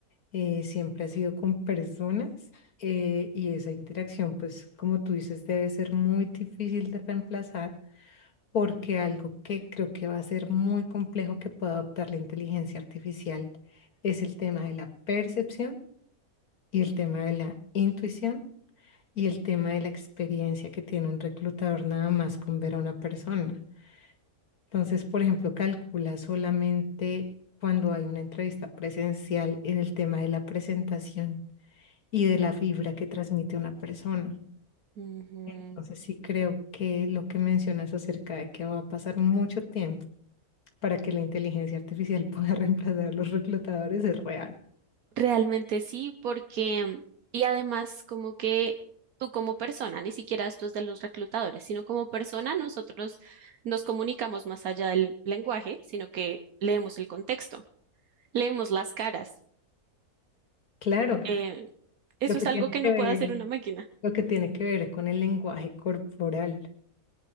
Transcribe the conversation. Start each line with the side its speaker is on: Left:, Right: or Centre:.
Left: Eh, siempre ha sido con personas eh, y esa interacción, pues como tú dices, debe ser muy difícil de reemplazar porque algo que creo que va a ser muy complejo que pueda adoptar la inteligencia artificial es el tema de la percepción y el tema de la intuición y el tema de la experiencia que tiene un reclutador nada más con ver a una persona. Entonces, por ejemplo, calcula solamente cuando hay una entrevista presencial en el tema de la presentación y de la vibra que transmite una persona.
Right: Ujú.
Left: Entonces, sí creo que lo que mencionas acerca de que va a pasar mucho tiempo para que la inteligencia artificial pueda <laughs> reemplazar a los reclutadores es real.
Right: Realmente sí, porque, y además como que tú como persona, ni siquiera esto es de los reclutadores, sino como persona nosotros nos comunicamos más allá del lenguaje, sino que leemos el contexto, leemos las caras.
Left: Claro,
Right: Eh, eso
Left: lo que
Right: es algo
Left: tiene
Right: que no
Left: que ver,
Right: puede hacer una máquina.
Left: lo que tiene que ver con el lenguaje corporal.